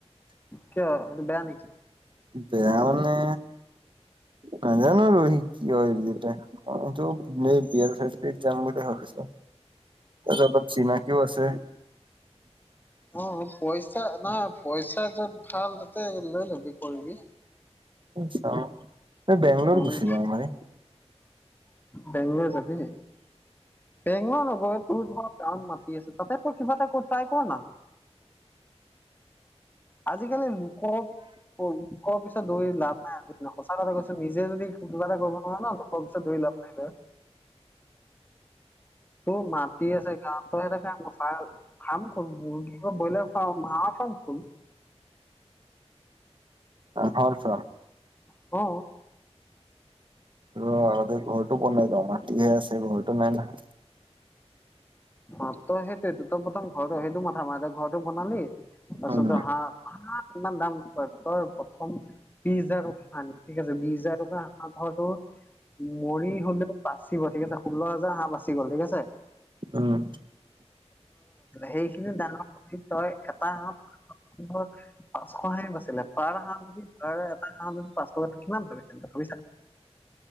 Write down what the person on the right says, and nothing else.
বয়াঙানে নাজানো ৰহি কি হয় যে অ বিাৰাই যাম ম হকিছ ত অলপ চিিনাকিও আছে
চা বেংলৰ
গুচি যাওঁ মানে
হয় চ
ৰ আগতে ঘৰটো বনাই মাটিহে আছে ঘটো নাই নাহয়
উম
উম